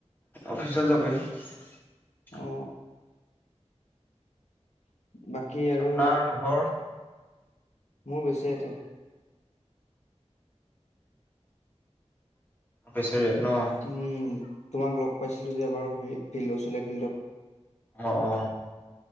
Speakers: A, on the left; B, on the left.
A: অফিচিয়েল যাপেই
B: অ বাকী আৰু
A: আপোনাৰ ঘৰ
B: মোৰ বেছি এয়াতে
A: বেচেৰিয়াত ন' অ',
B: উম তোমাক লগ পাইছিলো যে এবাৰ সেই ফিল্ড চীয়া ফিল্ডত
A: অঁ অ